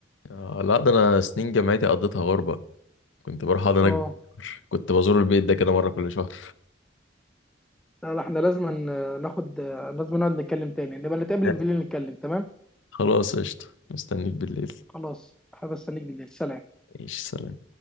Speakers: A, on the left; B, in the centre.
A: آه، لا ده انا سنين جامعتي قضيتها غربة كنت بروح اقعد هناك
B: اه
A: بالشهر. كنت بزور البيت ده كده مرة كل شهر
B: لا لا، احنا لازم ن- ناخد لازم نقعد نتكلم تاني نبقى نتقابل
A: <laughs>
B: بالليل نتكلم تمام
A: خلاص قشطة مستنيك بالليل
B: خلاص حابب استنيك بالليل سلام
A: ماشي سلام